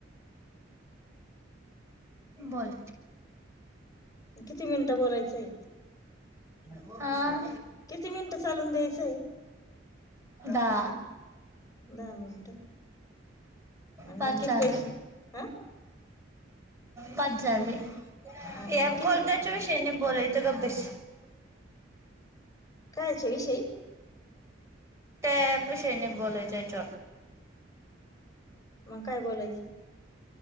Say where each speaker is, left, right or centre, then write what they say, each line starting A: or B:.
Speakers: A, on the right; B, on the left.
A: बोल
B: किती मिनिटं बोलायचंय
A: हा
B: किती मिनिटं चालून द्यायचंय
A: दा
B: दहा मिनिटं आणि
A: पाच
B: मग किती
A: चालेल
B: पैसे हा
A: पाच झाले
B: आणि
A: या
B: किती
A: कोलटाच्या विषयने बोलायत ग बेस
B: कायचे विषय
A: त्यापषेनी बच्या च
B: मग काय बोलायचं